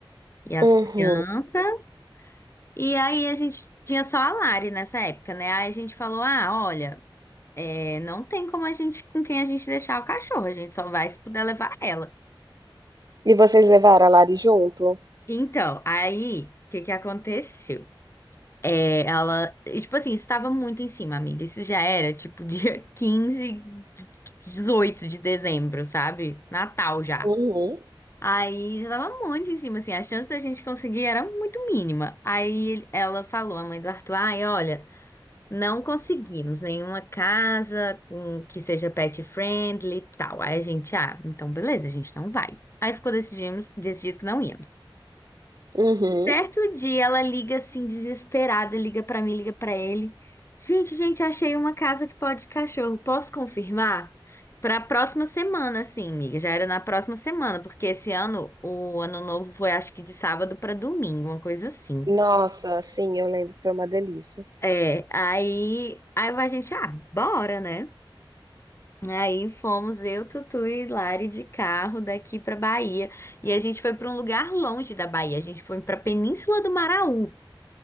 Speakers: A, on the left; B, on the right.
A: e as
B: Uhum.
A: crianças. E aí, a gente tinha só a Lari nessa época, né? Aí a gente falou: ah, olha, é, não tem como a gente, com quem a gente deixar o cachorro, a gente só vai se puder levar ela.
B: E vocês levaram a Lari junto?
A: Então, aí, o que que aconteceu? É, ela, e, tipo assim, isso tava muito em cima, amiga. Isso já era, tipo, <laughs> dia quinze 18 de dezembro, sabe? Natal já.
B: Uhum.
A: Aí já tava muito em cima, assim, a chance da gente conseguir era muito mínima. Aí ele- ela falou, a mãe do Arthur, ai, olha, não conseguimos nenhuma casa com que seja pet friendly e tal. Aí a gente, ah, então beleza, a gente não vai. Aí ficou decidimos, decidido que não íamos.
B: Uhum.
A: Certo dia ela liga assim, desesperada, liga pra mim, liga pra ele. Gente, gente, achei uma casa que pode cachorro. Posso confirmar? Pra próxima semana, assim, amiga. Já era na próxima semana, porque esse ano, o ano novo foi acho que de sábado pra domingo, uma coisa assim.
B: Nossa, sim, eu lembro. Foi uma delícia.
A: É, aí, aí a gente, ah, bora, né? Aí fomos eu, Tutu e Lari de carro daqui pra Bahia. E a gente foi pra um lugar longe da Bahia. A gente foi pra Península do Maraú.